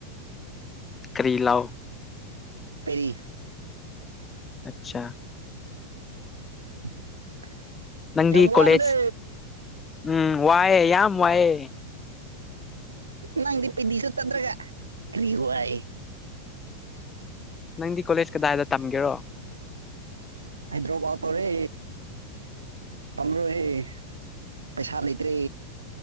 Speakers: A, on the left; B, on the right.
A: ꯀꯔꯤ ꯂꯑꯣ
B: ꯄꯦꯔꯤ
A: ꯑꯆꯥꯆꯥ
B: <inaudible> <inaudible>
A: ꯅꯪꯗꯤ
B: ꯌꯥꯝ ꯋꯥꯕꯅꯦ
A: ꯀꯣꯂꯦꯖ ꯎꯝ ꯋꯥꯏꯑꯦ ꯌꯥꯝ ꯋꯥꯏꯑꯦ
B: ꯅꯪꯗꯤꯄꯤꯤꯁ ꯆꯗ꯭ꯔꯒ ꯀꯔꯤꯥꯏ
A: ꯅꯪꯗꯤ ꯀꯣꯂꯦꯖ ꯀꯗꯥꯏꯗ ꯇꯝꯒꯦꯔꯣ
B: ꯍꯥꯏꯗ꯭ꯔꯕꯥꯠ ꯇꯧꯔꯦ ꯇꯝꯂꯣꯏꯍꯦ ꯄꯩꯁꯥ ꯂꯩꯇ꯭ꯔꯦ